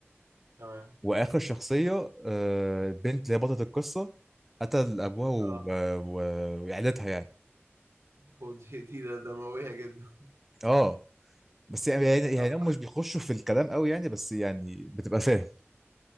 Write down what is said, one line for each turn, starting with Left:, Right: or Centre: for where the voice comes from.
Right: تمام
Centre: واخر شخصيه آه البنت اللي هي بطله القصه قتل ابوها و-
Right: آه
Centre: و- وعيلتها يعني
Right: هو دي دي ده دموية جدا
Centre: اه بس يعني يعني
Right: طب
Centre: يعني
Right: حلو
Centre: هم مش بيخشوا في الكلام قوي يعني بس يعني بتبقى فاهم